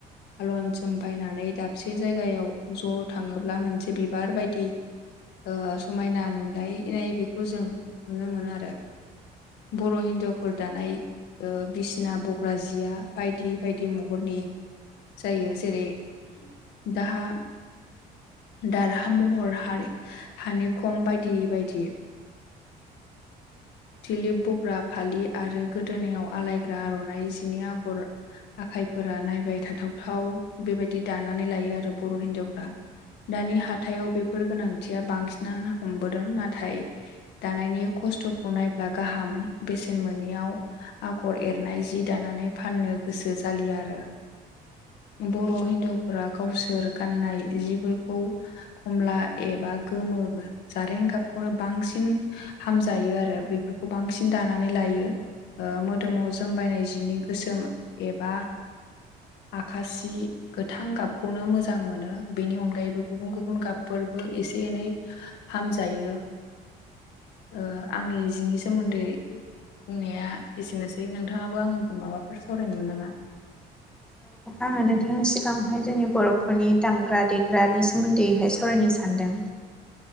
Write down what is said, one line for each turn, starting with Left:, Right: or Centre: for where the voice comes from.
Left: आलन जोमफायनानै दाबसे जायगायाव ज' थाङोब्ला मोनसे बिबार बायदि ओ समायना नुलायनाय बेखौ जों नुनो मोनो आरो। बर' हिन्जावफोर दानाय ओ बिसना बग्रा जिया बायदि बायदि महरनि जायो जेरै दाहा दारहा महर हारि हानि खम बायदि बायदि थिलिप बग्रा फालि आरो गोदोनायाव आलायग्रा आर'नाइ जिनि आगर आखाइफोरा नायबाय थाथावथाव बेबायदि दानानै लायो आरो बर' हिन्जावफ्रा। दानि हाथायाव बेफोर गोनांथिया बांसिनानो हमबोदों नाथाय दानायनि खस्थ'खौ नायब्ला गाहाम बेसेन मोनियाव आगर एरनाय जि दानानै फाननो गोसो जालिया आरो। बर' हिनजावफोरा गावसोर गाननाय जिफोरखौ खमला एबा गोमो जारें गाबखौनो बांसिन हामजायो आरो बेफोरखौ बांसिन दानानै लायो। ओ मोदोमाव जोमबायनाय जिनि गोसोम एबा आखासि गोथां गाबखौनो मोजां मोनो बेनि अनगायैबो गुबुन गुबुन गाबफोरबो एसे एनै हामजायो ओ आंनि जिनि सोमोन्दै बुंनाया एसेनोसै नोंथाङाबो आंजों माबाफोर सावरायनोमोन नामा? <inaudible>
Centre: आ नोंथां सिगाङावहाय जोंनि बर'फोरनि दामग्रा देग्रानि सोमोन्दैहाय सावरायनो सानदों।